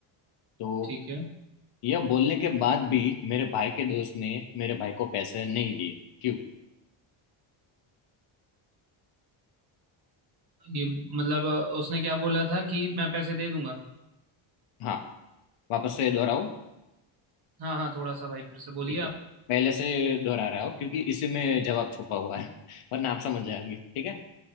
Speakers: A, on the left (about 80°); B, on the right (about 50°).
A: तो
B: ठीक है
A: यह बोलने के बाद भी मेरे भाई के दोस्त ने मेरे भाई को पैसे नहीं दिए क्यों
B: ये मतलब आ, उसने क्या बोला था कि मैं पैसे दे दूंगा
A: हाँ वापस से दोहराऊं
B: हाँ हाँ थोड़ा सा भाई फिर से बोलिए
A: ठीक है
B: आप
A: पहले से दोहरा रहा हूँ क्योंकि इसी में जवाब छुपा हुआ है <laughs> वरना आप समझ जाएंगे ठीक है